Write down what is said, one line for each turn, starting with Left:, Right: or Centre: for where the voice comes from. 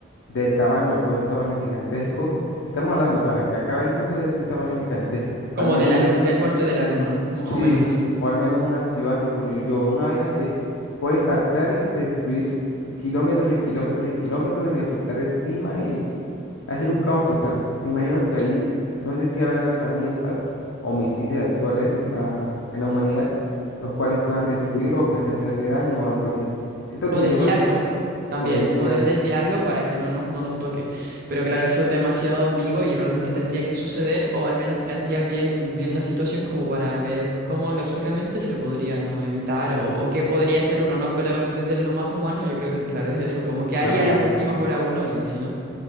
Left: del tamaño, puede ser un tamaño gigantesco, si estamos hablando para que acabe el mundo, debe ser un tamaño gigantesco,
Right: Como
Left: al menos,
Right: de la lun- del porte del alumno, ¿no? Más
Left: sí,
Right: o menos.
Left: o al menos una ciudad tipo New York, una vaina que puede impactar y destruir kilómetros y kilómetros y kilómetros y afectar el clima hacer un caos total. Me imagino que ahí
Right: Y-
Left: no sé si habrán herramientas o misiles actuales en la, en la humanidad, los cuales puedan destruir o aunque sea hacerle daño o algo así. Siento que
Right: O
Left: sería
Right: desviarlo
Left: más como
Right: también,
Left: o desviarlo.
Right: poder desviarlo para que no nos, no nos toque. Pero claro, eso es demasiado ambiguo y realmente tendría que suceder, o al menos plantear bien, bien la situación como para ver cómo lógicamente se podría, ¿no? evitar o, o qué podría hacer uno, ¿no? Pero desde lo más humano yo creo que claro, es eso, como que haría
Left: Dale.
Right: las últimas horas uno y así, ¿no?